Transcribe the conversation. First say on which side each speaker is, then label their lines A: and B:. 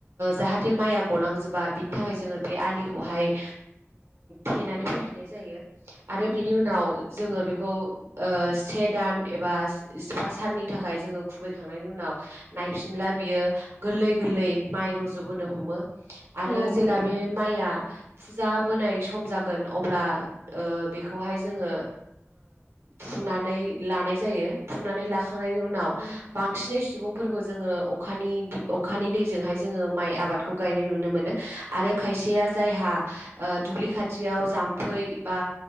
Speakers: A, on the right; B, on the right.
A: जाहाथे माइया गलांजोबा बिनि थाखाय जोङो बे आलि खौहाय थेनानै फैफिननाय जायो आरो
B: उम
A: बिनि उनाव जोङो बेखौ ओ से दान एबा जिबा साननि थाखाय जोङो खुबैखांनायनि उनाव नायफिनब्ला बियो गोरलै गोरलै माइ रज'बोनो हमो आरो
B: औ
A: जेला बे माइआ फुजा बोनाय सम जागोन अब्ला ओ बेखौहाय जोङो फुनानै लानाय जायो फुनानै लाखांनायनि उनाव
B: उम
A: बांसिनै सुबुंफोरखौ जोङो अखानि अखानि दैजोंहाय जोङो माइ आबादखौ गायनाय नुनो मोनो आरो खायसेया जायहा ओ दुब्लि खाथियाव जामफै बा